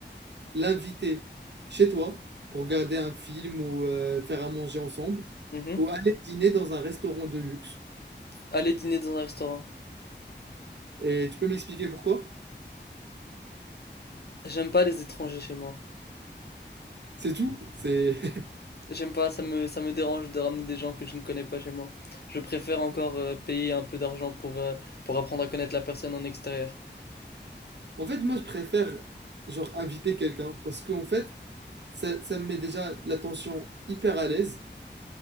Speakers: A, on the right (about 65°); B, on the left (about 60°).
A: l'inviter chez toi pour regarder un film ou euh, faire à manger ensemble
B: mhm.
A: ou aller dîner dans un restaurant de luxe?
B: Aller dîner dans un restaurant.
A: Et tu peux m'expliquer pourquoi?
B: J'aime pas les étrangers chez moi.
A: C'est tout? C'est... <laughs>
B: J'aime pas, ça me, ça me dérange de ramener des gens que je ne connais pas chez moi. Je préfère encore euh, payer un peu d'argent pour, euh, pour apprendre à connaître la personne en extérieur.
A: En fait, moi, je préfère genre inviter quelqu'un parce qu'en fait, ça, ça me met déjà l'attention hyper à l'aise.